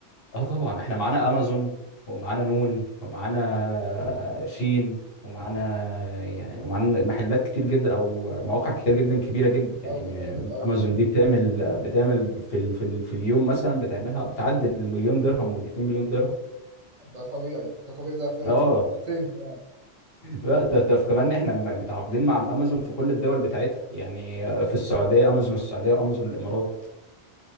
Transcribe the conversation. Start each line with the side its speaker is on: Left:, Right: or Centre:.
Left: اه طبعا احنا معانا امازون ومعانا نون ومعانا شين ومعانا يعني ومعانا محلات كتير جدا او مواقع كتير جدا كبيره جدا يعني
Right: قوي جامد
Left: م-
Right: قوي
Left: امازون دي بتعمل بتعمل في ال في, ال في اليوم مثلا بتعملها بتعدي المليون درهم والاتنين مليون درهم
Right: ده طبيعي ده طبيعي ده في
Left: اه
Right: في حاجتين كمان
Left: لا ده ده كمان احنا م- متعاقدين مع امازون في كل الدول بتاعتها يعني في السعوديه امازون السعوديه وامازون الامارات